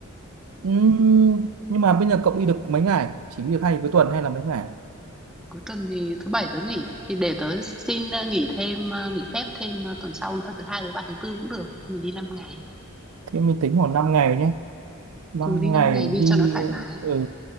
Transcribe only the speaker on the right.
ừ, nhưng mà bây giờ cậu đi được mấy ngày chỉ đi được hai cuối tuần hay là mấy ngày
thế mình tính khoảng 5 ngày nhé năm
ngày
đi
ừ,